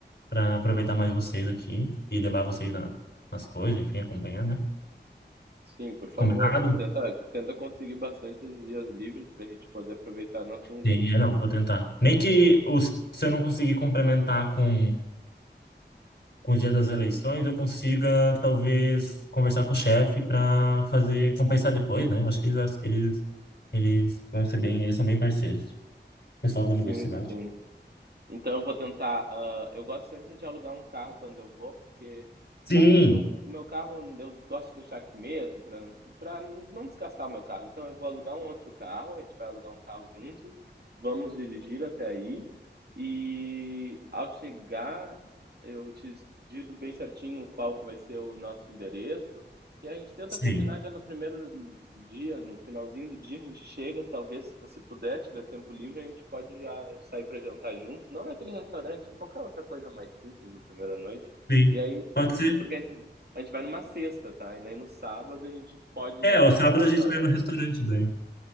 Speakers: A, on the left; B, on the right.
A: para aproveitar mais vocês aqui e levar vocês na- nas coisas, enfim, acompanhar, né?
B: Sim, por favor,
A: Combinado?
B: tenta, tenta conseguir bastante dias livres para a gente poder aproveitar nós juntos.
A: Sim, é, não, vou tentar. Nem que os, se eu não conseguir complementar com, com o dia das eleições, eu consiga talvez conversar com o chefe para fazer compensar depois, né? Eu acho que eles, eles, eles vão ser bem, eles são bem parceiros, pessoal da
B: Sim,
A: universidade.
B: sim. Então eu vou tentar. ah, eu gosto sempre de alugar um carro quando eu vou, porque,
A: Sim,
B: sabe, o meu, o meu carro eu gosto de deixar aqui mesmo, para para não desgastar o meu carro. Então eu vou alugar um outro carro, a gente vai alugar um carro juntos, vamos dirigir até aí. E ao chegar, eu te digo bem certinho qual que vai ser o nosso endereço, e a gente tenta
A: sim,
B: combinar já no primeiro dia, no finalzinho do dia, a gente chega, talvez se você puder, tiver tempo livre, a gente pode já sair para jantar juntos, não naquele restaurante, em qualquer outra coisa mais simples na primeira noite.
A: sim.
B: E aí,
A: Pode ser.
B: porque a gente, a gente vai numa sexta, tá? E aí no sábado a gente pode
A: É,
B: ir naquele
A: o sábado
B: outro restaurante.
A: a gente vai no restaurante daí.